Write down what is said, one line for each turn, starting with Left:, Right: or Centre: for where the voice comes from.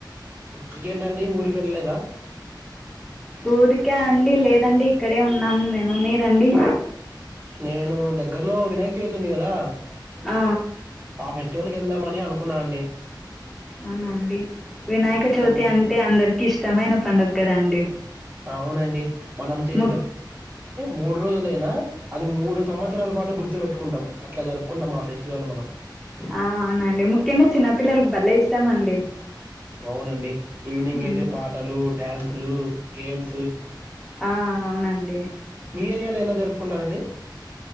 Right: ఇంకేంటండి ఊరికి వెళ్ళలేదా
Centre: ఊరికా అండి లేదండి ఇక్కడే ఉన్నాము మేము మీరండి
Right: నేను దగ్గర్లో వినాయక చవితి ఉంది కదా
Centre: ఆ
Right: ఆ ఫెస్టివల్కి వెళ్దామని అనుకున్నానండి
Centre: అవునండి వినాయక
Right: అవునండి
Centre: చవితి అంటే అందరికి ఇష్ ష్టమైన పండుగ కదండి
Right: అవునండి మనం చే
Centre: ము
Right: మూడు రోజులేనా అది మూడు సంవత్సరాల పాటు గుర్తు పెట్టుకుంటాం అట్లా జరుపుకుంటాం ఆ ఫెస్టివల్ మనం
Centre: ఆ అవునండి ముఖ్యంగా చిన్నపిల్లలకు భలే ఇష్టమండి
Right: అవునండి ఈవినింగ్
Centre: మ్,
Right: అయితే పాటలు డ్యాన్సు లు గేమ్స్
Centre: ఆ అవునండి
Right: మీ ఏరియాలో ఎలా జరుపుకుంటారండి